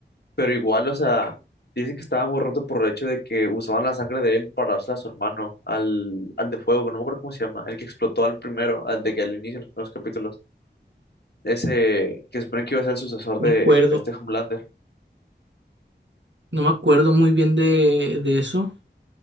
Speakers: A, on the left; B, on the right.
A: pero igual, o sea, dice que estaba muy roto por el hecho de que usaban la sangre de él para dársela a su hermano, al, al de fuego, que no me acuerdo cómo se llama, el que explotó al primero, al de que al inicio, en los primeros capítulos, ese que se supone que iba a ser el sucesor
B: No
A: de,
B: me acuerdo,
A: de este Homelander.
B: no me acuerdo muy bien de, de eso.